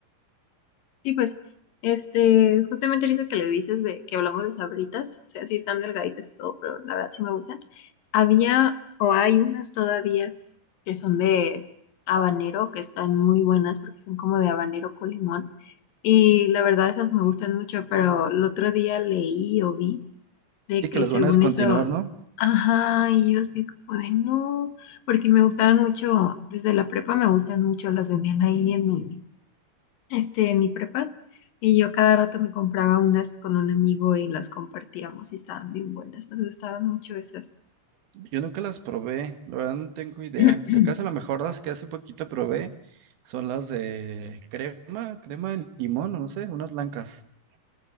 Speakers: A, on the left (about 70°); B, on the right (about 70°).
A: Sí, pues, este, justamente ahorita que le dices de que hablamos de sabritas, o sea, sí están delgaditas y todo, pero la verdad sí me gustan. Había o hay unas todavía que son de habanero, que están muy buenas porque son como de habanero con limón. Y la verdad esas me gustan mucho, pero el otro día leí o vi de
B: Sí, que
A: que
B: las
A: según
B: van a descontinuar,
A: eso,
B: ¿no?
A: ajá, y yo sí como de no, porque me gustaban mucho, desde la prepa me gustan mucho, las vendían ahí en mi este, en mi prepa. Y yo cada rato me compraba unas con un amigo y las compartíamos y estaban bien buenas. Nos gustaban mucho esas.
B: Yo nunca las probé, la verdad no tengo idea.
A: <clears throat>
B: Si acaso a lo mejor las que hace poquito probé son las de crema, crema de limón, o no sé, unas blancas.